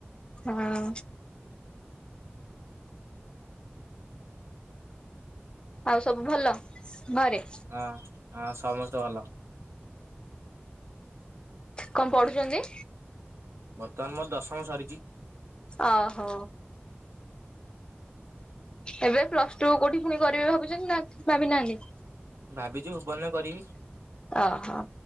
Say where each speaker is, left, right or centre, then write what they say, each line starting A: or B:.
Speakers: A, on the left; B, on the right.
A: ହଁ। ଆଉ ସବୁ ଭଲ ଘରେ?
B: ହଁ ହଁ ସମସ୍ତେ ଭଲ।
A: କଣ ପଢୁଛନ୍ତି?
B: ବର୍ତ୍ତମାନ ମୋର ଦଶମ ସରିଛି।
A: ଅହୋ। ଏବେ ପ୍ଲସ ଟୁ କୋଉଠି ପୁଣି କରିବେ ଭାବୁଛନ୍ତି ନା କି ଭାବି ନାହାନ୍ତି?
B: ଭାବିଚି ଭୁବନରେ କରିବି।
A: ଓହୋ